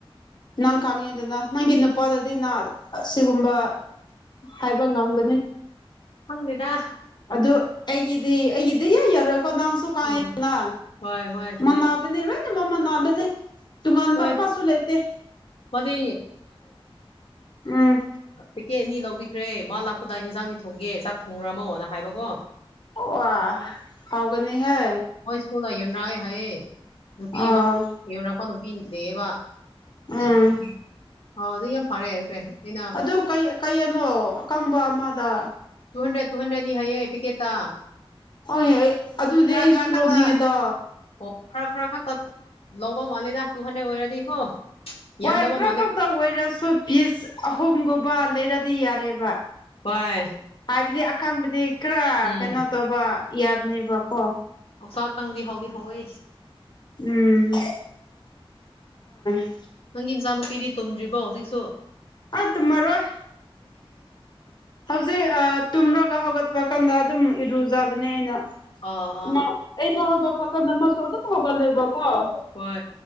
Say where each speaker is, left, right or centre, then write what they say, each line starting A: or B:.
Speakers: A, on the left; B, on the left.
A: ꯅꯪ ꯈꯥꯡꯉꯦꯗꯅ ꯅꯪꯒꯤ ꯅꯨꯄꯥꯗꯗꯤ ꯅ ꯑꯁꯤꯒꯨꯝꯕ ꯍꯥꯏꯕ ꯉꯝꯒꯅꯤ
B: ꯈꯪꯗꯦꯗꯥ
A: ꯑꯗꯨ ꯑꯩꯒꯤꯗꯤ ꯑꯩꯒꯤꯗꯤ ꯌꯥ ꯌꯥꯔꯣꯏꯀꯣ ꯅꯪꯁꯨ ꯀꯉꯦꯗꯅ
B: ꯎꯝ ꯍꯣꯏ ꯍꯣꯏ ꯈꯪꯉꯦ
A: ꯃꯃꯥ ꯕꯅꯦ ꯂꯣꯏꯅꯦꯃꯛ ꯃꯥꯟꯅꯕꯅꯦ ꯇꯨꯡꯉꯥꯟꯕ
B: ꯍꯣꯏ
A: ꯑꯃꯁꯨ ꯂꯩꯇꯦ
B: ꯃꯥꯗꯤ
A: ꯎꯝ
B: ꯄꯦꯛꯀꯦꯠ ꯑꯅꯤ ꯂꯧꯕꯤꯈ꯭ꯔꯦ ꯃꯥ ꯂꯥꯛꯄꯗ ꯏꯟꯖꯥꯡꯗꯤ ꯊꯣꯡꯒꯦ ꯆꯥꯛ ꯊꯣꯡꯔꯝꯃꯣꯅ ꯍꯥꯏꯕꯀꯣ
A: ꯋꯥ ꯍꯥꯎꯒꯅꯤ ꯍꯦ
B: ꯃꯣꯏ ꯁ꯭ꯀꯨꯜꯗ ꯌꯣꯟꯔꯛꯑꯦ ꯍꯥꯏꯌꯦ ꯅꯨꯄꯤ
A: ꯑꯥ
B: ꯑꯃ ꯌꯣꯟꯔꯛꯄ ꯅꯨꯄꯤ ꯂꯩꯌꯦꯕ
A: ꯎꯝ
B: <inaudible> ꯐꯥꯗꯤ ꯌꯥꯝ ꯐꯔꯦ ꯈ꯭ꯔꯦ ꯑꯩꯅ
A: ꯗꯨꯝ ꯀꯩ -ꯀꯩꯌꯦꯅꯣ ꯑꯀꯪꯕ ꯑꯃꯗ
B: ꯇꯨ ꯍꯟꯗ꯭ꯔꯦꯠ ꯇꯨ ꯍꯟ꯭ꯔꯦꯠꯅꯤ ꯍꯥꯏꯌꯦ ꯄꯤꯀꯦꯠꯇ
A: ꯑꯩ ꯑꯗꯨꯗꯤ
B: ꯈꯔ
A: ꯑꯩꯁꯨ
B: ꯈꯔ ꯈꯛꯇ
A: ꯂꯧꯅꯤꯡꯉꯦꯗꯥ
B: ꯑꯣ ꯈꯔ ꯈꯔ ꯈꯛꯇ ꯂꯧꯕ ꯃꯥꯜꯂꯦꯗ ꯇꯨ ꯍꯟꯗ꯭ꯔꯦꯗ ꯑꯣꯏꯔꯗꯤꯀꯣ ꯌꯥꯝꯗꯕ
A: ꯍꯣꯏ ꯈ꯭ꯔ
B: ꯃꯥꯜꯂꯦ
A: ꯈꯛꯇ ꯑꯣꯏꯔꯁꯨ ꯄꯤꯁ ꯑꯍꯨꯝꯒꯨꯝꯕ ꯂꯩꯔꯗꯤ ꯌꯥꯔꯦꯕ
B: ꯍꯣꯏ
A: ꯍꯥꯏꯕꯗꯤ ꯑꯀꯪꯕꯗꯤ ꯈꯔ
B: ꯎꯝ
A: ꯀꯩꯅꯣ ꯇꯧꯕ ꯌꯥꯕꯅꯦꯕꯀꯣ
B: ꯑꯣꯁꯥ ꯑꯀꯪꯕꯗꯤ ꯍꯥꯎꯗꯤ ꯍꯥꯎꯋꯦ
A: ꯎꯝ <unintelligible> ꯍꯣꯏ
B: ꯅꯪꯒꯤ ꯏꯆꯥꯅꯨꯄꯤꯗꯤ ꯇꯨꯝꯗ꯭ꯔꯤꯕꯣ ꯍꯧꯖꯤꯛꯁꯨ
A: ꯑꯥꯥ ꯇꯨꯝꯃꯔꯣꯏ ꯍꯧꯖꯤꯛ ꯑꯥ ꯇꯨꯝꯔꯒ ꯍꯧꯒꯠꯄ ꯀꯥꯟꯗ ꯑꯗꯨꯝ ꯏꯔꯨꯖꯕꯅꯦ ꯑꯩꯅ
B: ꯑꯥ ꯑꯥ
A: ꯃꯥ ꯑꯩꯗꯣ ꯍꯧꯒꯠꯄ ꯀꯥꯟꯗ ꯃꯥꯁꯨ ꯑꯗꯨꯝ ꯍꯧꯒꯠꯂꯦꯕ ꯀꯣ ꯑꯣ
B: ꯍꯣꯏ